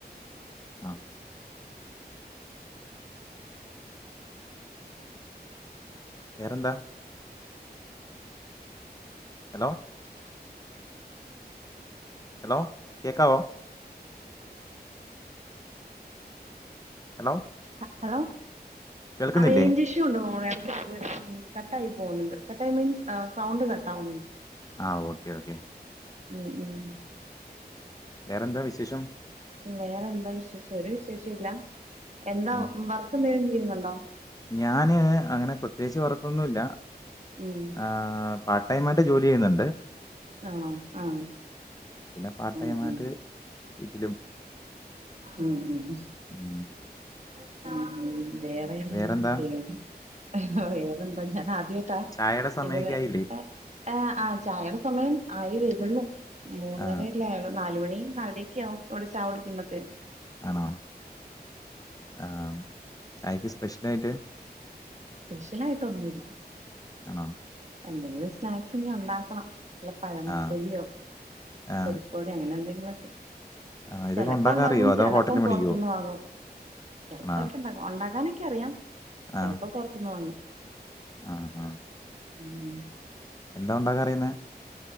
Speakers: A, on the left (about 20°); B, on the right (about 45°).
A: ആഹ് വേറെന്താ ഹലോ
B: <inaudible>
A: ഹലോ കേക്കാവോ ഹലോ
B: ഹ ഹലോ
A: കേൾക്കുന്നില്ലേ
B: റെയ്ഞ്ചിഷു ഉണ്ട് മോ <unintelligible> ളി കട്ടായി പോഉന്ന്ണ്ട് കട്ടായി മീൻസ് സൗണ്ട് കട്ട ട്ടൗന്ന്
A: ആഹ് ഓക്കെ ഓക്കെ
B: ഉം ഉം
A: വേറെന്താ വിശേഷം
B: ഉ വേറെന്താ വിശേഷം ഒരു വിശേഷൊല്ല എന്താ
A: ഉം
B: വർക്കെന്തേലും യ്യു ന്നുണ്ടോ
A: ഞാന് അങ്ങനെ പ്രത്യേകിച്ച് വർക്കൊന്നുല്ല
B: ഉം
A: ആഹ് പാർട്ട് ടൈ ആയിട്ട് ജോലി ചെയ്യുന്ന്ണ്ട്
B: ആഹ് ആഹ്
A: പിന്നെ പാർട്ട്
B: ഉം
A: ടൈം
B: ഉം
A: ആയിട്ട് ഇതിലും
B: ഉം ഉം ചട്ടാമി
A: ഉം
B: വേറെ <unintelligible>
A: വേറെന്താ
B: ഹ് ഹ് വേറെന്താ ഞാൻ ആദ്യം ത്ത
A: ചായയുടെ സമയൊക്കെ
B: എനിവെ
A: ആയില്ലേ
B: ഏ ആഹ് ആഹ് ചായടെ സമയം ആയി വരുന്നു മൂന്നര
A: ആ
B: നാലു മണി നാലരക്ക്യാവും ഇവടെ ചായ കുടിക്കുമ്പത്തേന്
A: ആണോ ആഹ് ചായ ക്സ് പ്രശലായിട്ട്
B: സ്പെഷ്യലായിട്ടൊന്നുല്ല
A: ആണോ
B: എന്തെങ്കിലും സ്നാക്സ് ഇഞ്ഞ് ഉണ്ടാക്കണം നല്ല പഴംപൊലിയോ
A: ആ ആ
B: പരിപ് വടെ അങ്ങനെ എന്തെ റക്കെ
A: ആ ഇതൊക്കെ
B: ചെലപ്പോ
A: ഉണ്ടാക്കാൻ
B: ഉണ്ടാക്കും
A: അറിയോ അതോ
B: ചെലപ്പം
A: ഹോട്ടലിൽ മേടിക്കുവോ
B: പൊറ്ത്ത്ന്ന് വാങ്ങും ചെല്പ
A: ആണോ
B: ച്ച് ണ്ടാക് <unintelligible> ഉണ്ടാകും ഞാനൊക്കെ അറിയാം സെൽപ്പം
A: ആ
B: പൊർത്ത്ന്ന് വാങ്ങും
A: ആ ആ
B: ഉം
A: എന്താ ഉണ്ടാക്ക അറിയുന്നെ